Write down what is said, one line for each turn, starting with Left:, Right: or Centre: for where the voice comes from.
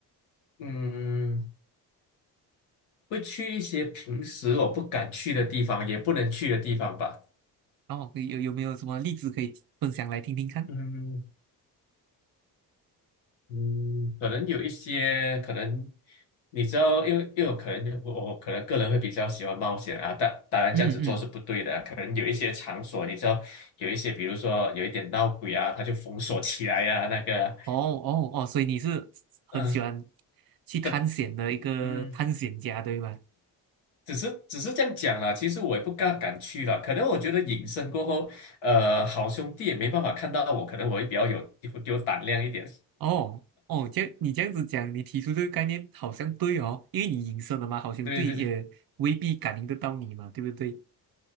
Left: 嗯，会去一些平时我不敢去的地方，也不能去的地方吧。
Right: 哦，有有没有什么例子可以分享来听听看？
Left: 嗯，嗯，可能有一些，可能你知道，因为因为我可能我我可能个人会比较喜欢冒险啊，但当然这样子做是不对的啊可能有一些场所，
Right: 嗯嗯，
Left: 你知道，有一些比如说有一点闹鬼啊，他就封锁起来呀、啊，那个啊
Right: 哦哦哦，所以你是很喜欢
Left: 嗯、
Right: 去探险的一个探险家，
Left: 可嗯，
Right: 对吗？
Left: 只是只是这样讲啦，其实我也不大敢去了。可能我觉得隐身过后，呃，好兄弟也没办法看到我，可能我会比较有有胆量一点。
Right: 哦哦，这样你这样子讲，你提出这个概念好像对哦，因为你隐身了嘛，好像对，
Left: 对对对，
Right: 也未必感应得到你嘛，对不对？